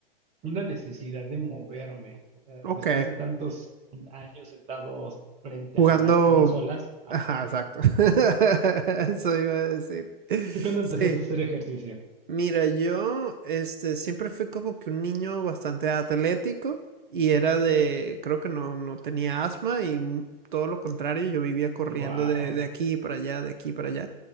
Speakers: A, on the right; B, on the right.
A: una necesidad de moverme, o sea,
B: Ok.
A: después de tantos años sentados frente
B: Jugando.
A: a las consolas, ajá.
B: Ajá, exacto. <laughs> Eso iba a decir.
A: ¿Tú cuándo empezaste
B: Sí.
A: a hacer ejercicio?
B: Mira, yo este, siempre fui como que un niño bastante atlético y era de. Creo que no, no tenía asma y mu- todo lo contrario, yo vivía corriendo
A: Guau,
B: de, de aquí para allá, de aquí para allá.